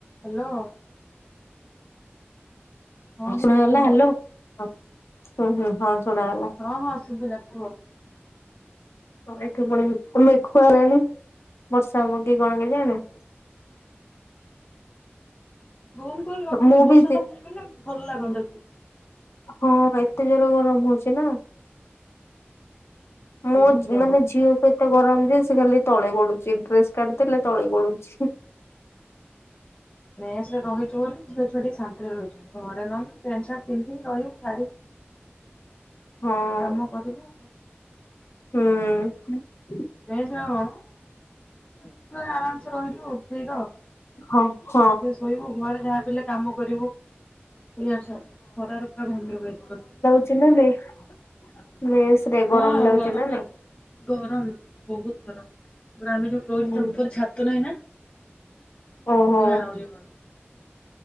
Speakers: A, on the left; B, on the left.
A: ହ୍ୟାଲୋ। ହଁ
B: ଶୁଣାଗଲା
A: ଦିଦି କୁହ
B: ହ୍ୟାଲୋ
A: ହଁ
B: ହୁଁ ହୁଁ ହଁ ଶୁଣାଗଲା।
A: ହଁ ହଁ ଶୁଭିଲା କୁହ?
B: ଏଠି ଫୁଣି ମେ ମେଘ ହେଲାଣି ବର୍ଷା ହେବକି କଣ କେଜାଣି।
A: ଗୁମ କରି ରଖିଛି
B: ମୁଁ
A: ବର୍ଷା
B: ବି
A: ହେଇଗଲେ ଭଲ ଲାଗନ୍ତା ଟ
B: ହୋଁ ଏତେ ଜୋରେ ଗରମ ହୋଉଚି ନା। ମୋ
A: ବହୁତ ଗରମ।
B: ମାନେ ଝିଅକୁ ଏତେ ଗରମ ଯେ ସେ ଖାଲି ତଳେ ଗଡୁଚି ଡ୍ରେସ କାଢିଦେଲେ ତଳେ ଗଡୁଚି।
A: ମେସ ରହିଚୁ ବୋଲି ଝିଅ ଛୁଆ ଟିକେ ଶାନ୍ତିରେ ରହିଚନ୍ତି ଘରେ ନହେଲେ ପ୍ୟାଣ୍ଟ ସାର୍ଟ ପିନ୍ଧିକି ରହିବୁଭାରି
B: ହଁ
A: କାମ କରୀମୁ।
B: ହୁଁ।
A: ମେସରକଣ ପୁରା ଆରାମସେ ରହିଲୁ ଆଉ ଫ୍ରିର।
B: ହ ହ।
A: ଟି ଶୋଇବୁ ଘରେ ଯାହା ବି ହେଲେ କାମ କରିବୁ। ଏଆର ସାର୍ ଖରାରେ ପୁରା ଘମିର ଗଳି ପଡନ୍ତି।
B: <unintelligible> ମେସରେ ଗରମ
A: ହଁ
B: ଲାଗୁଚି ନା ନାଇଁ।
A: ଲାଗୁ ଗରମ ବୋହୁତ ଗରମ ଆମେ ଯୋଉ ରହିଚୁ
B: ହୁଁ
A: ଟା ଉପରେ ଛା ତ ନାହିଁ ନା ସେଥିପାଇ
B: ଓହୋ
A: ଆହୁରି ଗର